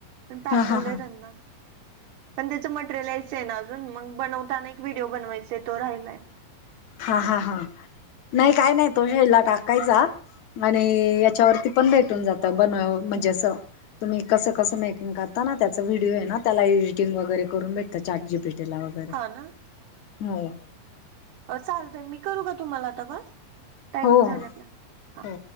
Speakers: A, on the right; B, on the left.
A: पण पाठवलं
B: हा हा हा
A: त्यांना पण त्याच मटेरियलच यायच आहे न अजून. जून अ मग बनवताना एक व्हिडिओ बनवायचा तो राहिलाय.
B: हा हा हा नाही काही नाही तो हेला टाकायचा. अरे याच्यावरती पण भेटून जात बनव म्हणजे असं. तुम्ही कसं कसं मेकिंग करता ना त्याचा व्हिडिओ आहे ना त्याला एडटंग वगैरे करून भेटता चार्ट जी बीटेला वर. बर
A: हा ना
B: हो.
A: चालतय मी करू का तुम्हाला आता कॉल टाइमिंग
B: हो हो
A: झालंय आपला. हा
B: हो.